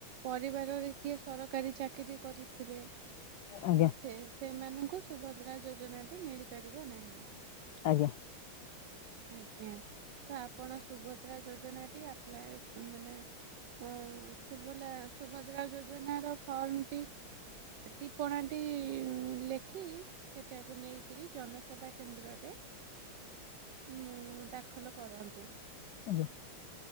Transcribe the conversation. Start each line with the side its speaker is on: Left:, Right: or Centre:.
Right: ପରିବାରରେ କିଏ ସରକାରୀ ଚାକିରି କରିଥିବେ।
Left: ଆଜ୍ଞା।
Right: ସେ ସେମାନଙ୍କୁ ସୁଭଦ୍ରା ଯୋଜନାଟି ମିଳିପାରିବ ନାହିଁ।
Left: ଆଜ୍ଞା।
Right: ଆଜ୍ଞା ତ ଆପଣ ସୁଭଦ୍ରା ଯୋଜନା ଟି ଆପ୍ଲାଏ ଉଁ ମାନେ ଅଁ ଉଁ ସୁଭଲା ସୁଭଦ୍ରା ଯୋଜ୍ ଜନାର ଫର୍ମଟି ଟିପ୍ପଣାଟି ଉଁ ଲେଖି ସେଠାକୁ ନେଇକିରି ଜନସେବା କେନ୍ଦ୍ରରେ ମୁଁ ଦାଖଲ କରନ୍ତୁ।
Left: ଆଜ୍ଞା।